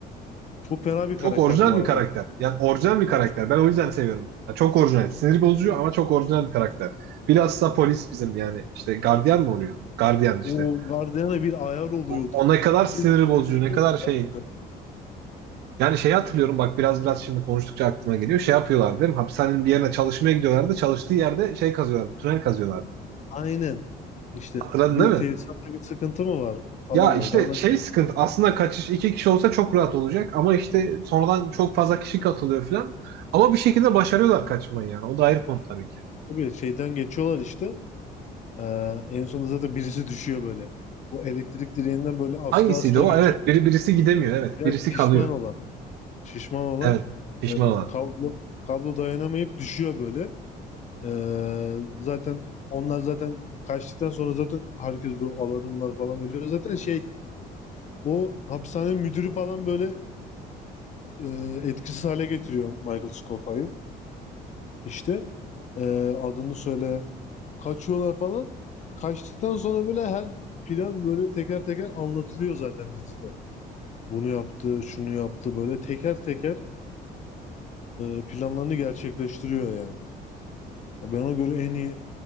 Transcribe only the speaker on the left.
çok fena bir
karakter
bu arada.
Ben çok hoşuma.
O Guardian'a bir ayar oluyordum.
Bir sinirleniyordum.
var ya zaten.
Aynen. İşte
bir
tesisatta bir sıkıntı mı var falan
böyle. Ben ben
çok
tabii şeyden geçiyorlar işte. Ee, en sonunda zaten birisi düşüyor böyle. Bu elektrik direğinden böyle asla
asla
gidecek.
Biraz
şişman
olan. Şişman olan
e,
kablo kablo dayanamayıp düşüyor böyle. Ee, zaten onlar zaten kaçtıktan sonra zaten herkes böyle alarmlar falan veriyor. Zaten şey o hapishane müdürü falan böyle e, etkisiz hale getiriyor Michael Scofield. İşte e, adını söyle kaçıyorlar falan. Kaçtıktan sonra böyle her plan böyle teker teker anlatılıyor zaten dizide. Bunu yaptı, şunu yaptı böyle teker teker e, planlarını gerçekleştiriyor yani. Ben ona göre en iyi